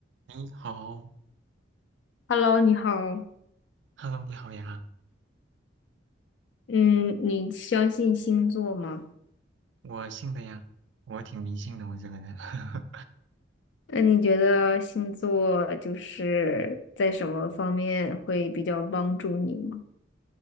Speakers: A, on the right; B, on the left.
A: 你好
B: Hello，你好。
A: ，Hello，你好呀，
B: 嗯，你相信星座吗？
A: 我姓的呀，我挺迷信的，我这个人，<laughs>
B: 那你觉得星座就是在什么方面会比较帮助你吗？